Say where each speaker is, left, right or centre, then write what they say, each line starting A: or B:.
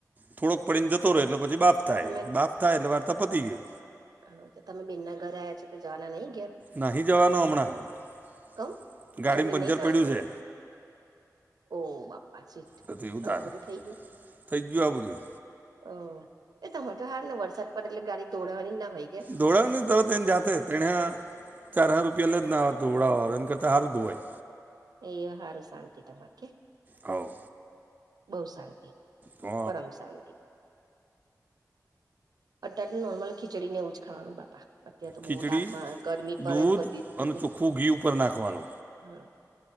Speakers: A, on the right (about 25°); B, on the right (about 80°).
A: થોડોક પડીને જતો રહે એટલે પછી બાફ થાય
B: તમે
A: બાફ થાય એટલે વાર્તા પતી ગઈ.
B: હ તો તમે બેન ના ઘરે આયા છો તો જવાના નહી ઘેર.
A: નાહી જવાનો અમણાં
B: કમ જમીન
A: પંચર
B: નહી જવાનું
A: પડય્યું
B: ઘરે
A: છે.
B: ઓ બાપ્પા સીટ
A: તો તું એવું
B: આવું
A: તારે
B: બધું થઈ ગયું
A: થઈ ગયું આ બધું
B: અ એ તમારે તો હાર વરસાદ પડે ગાડી દોડવાની ના હોય કે
A: દોવડાવેને તરત જાતે તેણે ચાર હજાર રૂપિયા લે જ નાતું ઉડાાવવા એ કરતા સારું ધોવાય
B: એ હારું શાંતિ તમાર કે
A: હોવ
B: બો શાંતી
A: તો
B: પરમ શાંતી <unintelligible> નોર્મલ ખીચડીને એવું જ ખાવાનું બાપા અત્યારેં તો
A: ખીચડી
B: બો તાપમા ગરમી પડે
A: દૂધ
B: ને બધી
A: અને ચોખ્ખું ઘી ઉપર નાખવાનું
B: હા